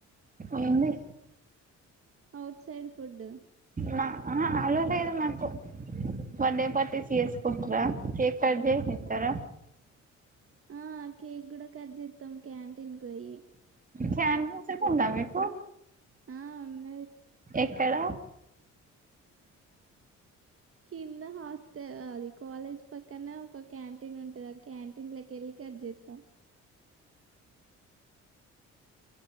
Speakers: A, on the right; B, on the right.
A: ఏంది
B: ఔట్ సైడ్ ఫుడ్
A: న అహ అలో లేదు మాకు బర్త్డే పార్టీస్ చేసుకుంటర కేక్ కట్ చేపిత్తర
B: ఆ కేక్ కూడా కట్ చెత్తం క్యాంటీన్ కు పోయి
A: క్యాంటిన్ సుత ఉందా మీకు
B: ఆ ఉన్నాయ్
A: ఎక్కడ
B: కింద హాస్ట అది కాలేజ్ పక్కన ఒక క్యాంటీన్ ఉంటది ఆ క్యాంటీన్ లోకి కట్ చేతా